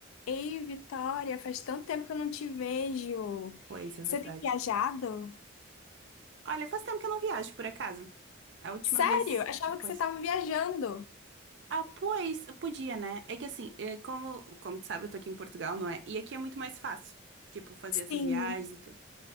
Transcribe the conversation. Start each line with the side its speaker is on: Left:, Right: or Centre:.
Left: Ei, Vitória, faz tanto tempo que eu não te vejo.
Right: Pois, é verdade.
Left: Você tem viajado?
Right: Olha, faz tempo que eu não viajo, por acaso. A última
Left: Sério?
Right: vez.
Left: Achava que
Right: Pois.
Left: você estava viajando.
Right: Ah, pois, podia, né? É que assim, é, como, como tu sabe, eu tô aqui em Portugal, não é? E aqui é muito mais fácil, tipo, fazer
Left: Sim.
Right: essas viagens e tudo.